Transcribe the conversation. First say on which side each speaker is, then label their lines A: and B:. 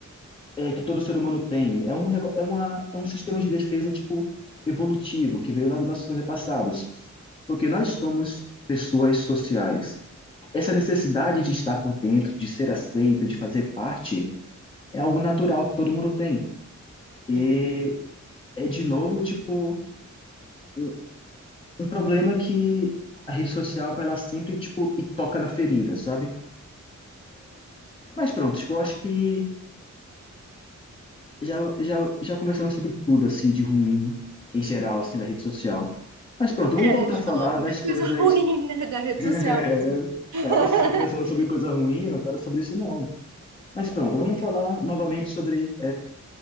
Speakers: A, on the left; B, on the right.
A: é, que todo ser humano tem. É um negócio, é uma, é um sistema de defesa, tipo, evolutivo, que veio lá dos nossos antepassados. Porque nós somos pessoas sociais. essa necessidade de estar por dentro, de ser aceito, de fazer parte, é algo natural que todo mundo tem. E
B: Sim.
A: é de novo, tipo, um, um problema que a rede social vai lá sempre, tipo, e toca na ferida, sabe? Mas pronto, tipo, eu acho que já, já, já conversamos sobre tudo, assim, de ruim em geral, assim, da rede social. Mas pronto,
B: É,
A: vamos
B: a
A: voltar
B: gente
A: a falar
B: falou muita
A: das coisas.
B: coisa <laughs> ruim, né, da rede
A: <laughs>
B: social. <laughs>
A: É, só conversando sobre coisa ruim, eu não quero sobre isso não. Mas pronto, vamos falar novamente sobre